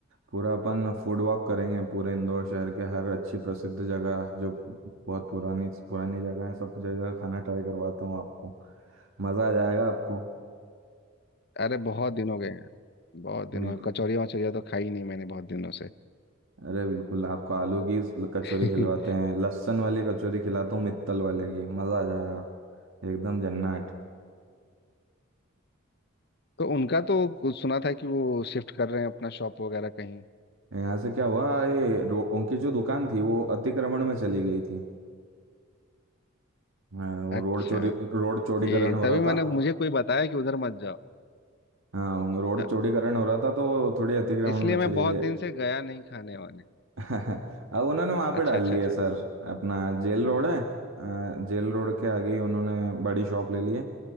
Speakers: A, on the right (about 75°); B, on the left (about 50°).
A: पूरा अपन फूड वॉक करेंगे पूरे इंदौर शहर के हर अच्छी प्रसिद्ध जगह जो बहुत पुरानी पुरानी जगह है सब जगह खाना ट्राई करवाता हूँ आपको मज़ा आ जाएगा आपको
B: अरे बहुत दिन हो गए हैं बहुत
A: बिल्कुल
B: दिन हो गए कचौरियाँ वचौरियाँ तो खाई नहीं मैंने बहुत दिनों से
A: अरे बिल्कुल आपको आलू की कचौरी
B: <laughs>
A: खिलवाते हैं लहसुन वाली कचौरी खिलाता हूँ मित्तल वाले की मज़ा आ जाएगा एकदम जन्नत
B: तो उनका तो कुछ सुना था कि वो शिफ्ट कर रहे हैं अपना शॉप वगैरह कहीं
A: यहाँ से क्या हुआ ये रो- उनकी जो दुकान थी वो अतिक्रमण में चली गई थी हाँ, वो
B: अच्छा
A: रोड चोरी रोड चौड़ीकरण
B: ये
A: हो
B: तभी
A: रहा
B: मैंने
A: था
B: मुझे कोई बताया कि उधर मत जाओ
A: हाँ वो रोड
B: अच्छा,
A: चौड़ीकरण हो रहा था तो थोड़ी अतिक्रमण
B: इसलिए
A: में चली
B: मैं बहुत
A: गए
B: दिन से गया नहीं खाने वाने
A: <laughs> अब उन्होंने वहां पे
B: अच्छा
A: डाल
B: अच्छा
A: लिए
B: अच्छा
A: सर अपना जेल रोड है अ, जेल रोड के आगे ही उन्होंने बड़ी शॉप ले ली है